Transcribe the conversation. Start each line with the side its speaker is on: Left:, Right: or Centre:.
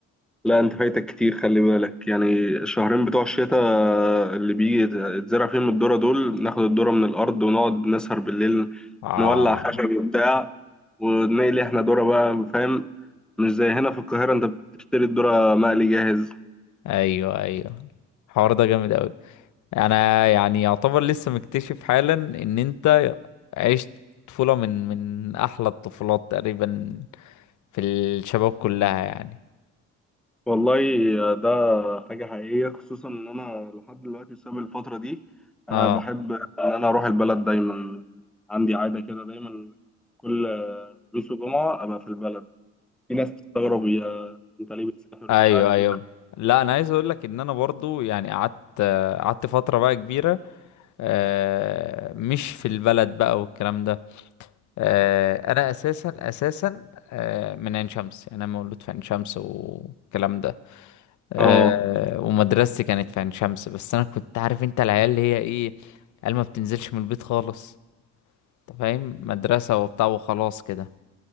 Centre: لا انت فايتك كتير خلي بالك يعني الشهرين بتوع الشتاء اللي بيجي يتزرع فيهم الذرة دول ناخد الذرة من الأرض ونقعد نسهر بالليل
Left: اه
Centre: نولع خشب وبتاع ونقلي احنا ذرة بقى فاهم مش زي هنا في القاهرة انت بتشتري الذرة مقلي جاهز
Left: ايوه ايوه الحوار ده جامد اوي انا يعني يعتبر لسه مكتشف حالا ان انت عشت طفولة من من احلى الطفولات تقريبا في الشباب كلها يعني
Centre: والله ده حاجة حقيقية خصوصا ان انا لحد دلوقتي بسبب الفترة دي
Left: اه
Centre: انا بحب ان انا اروح البلد دايما عندي عادة كده دايما كل خميس وجمعة ابقى في البلد في ناس تستغرب يا انت ليه بتسافر
Left: ايوه
Centre: ومش عارف
Left: ايوه
Centre: ايه
Left: لا انا عايز اقول لك ان انا برضو يعني قعدت قعدت فترة بقى كبيرة آه، مش في البلد بقى والكلام ده آه، انا اساسا اساسا آه، من عين شمس يعني انا مولود في عين شمس والكلام ده آه
Centre: اه
Left: ومدرستي كانت في عين شمس بس انا كنت عارف انت العيال اللي هي ايه قال ما بتنزلش من البيت خالص انت فاهم مدرسة وبتاع وخلاص كده